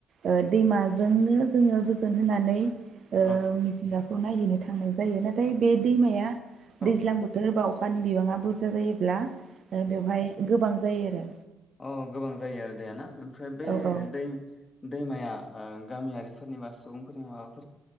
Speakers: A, on the right; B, on the left.
A: ओ दैमाजोंनो जोङो गोजोन होनानै ओ
B: औ
A: मिथिंगा खौ नायहैनो थांनाय जायो नाथाय बे दैमाया
B: औ
A: दैज्लां बोथोर बाव अखानि बिबाङा बुरजा जायोब्ला ओ बेवहाय गोबां जायो आरो
B: अ गोबां जायो आरो दैयाना फ्राय बे
A: औ औ
B: दै दैमाया ओम गामियारिफोरनि बा सुबुंफोरनि माबाफोर